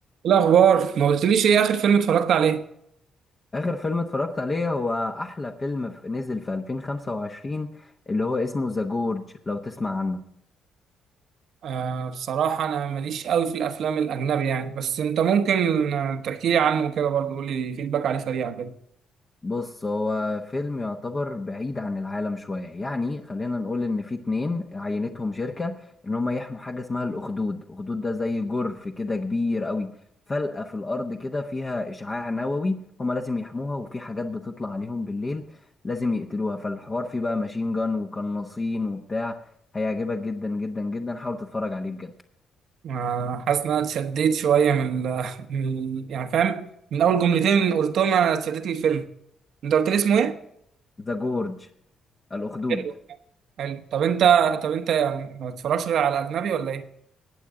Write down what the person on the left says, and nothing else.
آخر فيلم اتفرجت عليه هو أحلى فيلم ف- نزل في 2025 اللي هو اسمه ذا جورج لو تسمع عنه
بص هو فيلم يعتبر بعيد عن العالم شوية يعني خلينا نقول إن في اتنين عينتهم شركة إن هما يحموا حاجة اسمها الأخدود الأخدود ده زي جرف كده كبير قوي فلقة في الأرض كده فيها إشعاع نووي هما لازم يحموها وفي حاجات بتطلع عليهم بالليل لازم يقتلوها فالحوار فيه بقى ماشين جان وقناصين وبتاع هيعجبك جدا جدا جدا حاول تتفرج عليه بجد
ذا جورج الأخدود